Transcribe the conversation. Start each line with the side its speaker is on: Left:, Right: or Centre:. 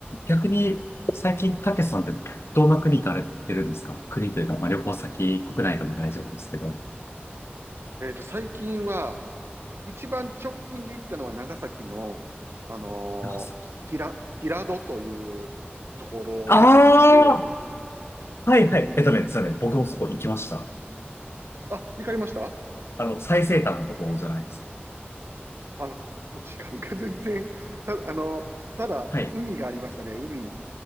Left: 逆に、最近、たけしさんってどんな国行かれてるんですか国というか、まあ、旅行先、国内でも大丈夫ですけど。
Right: えっと、最近は、一番直近で行ったのは長崎の、あの
Left: 長崎。
Right: ー、平、平戸というところに行きまして、
Left: ああはいはい。えっとね、実はね、僕もそこ行きました。
Right: あ、行かれました
Left: あの、最西端のところじゃないですか。
Right: あの、時間が全然、た、あのただ、
Left: はい。
Right: 海がありましたね、海。